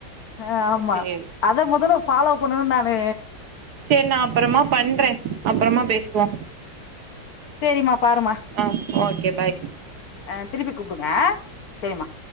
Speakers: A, on the left; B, on the right.
A: ஆ ஆமா
B: சேரி
A: அத மொதல ஃபாலோ பண்ணுன்னு நானு
B: சேர் நா அப்பறமா பண்ற அப்பறமா பேசுவோ
A: சேரிமா பாரும்மா
B: ஆ ஓகே பாய்
A: அ திருப்பி கூப்டுங்க சேரிமா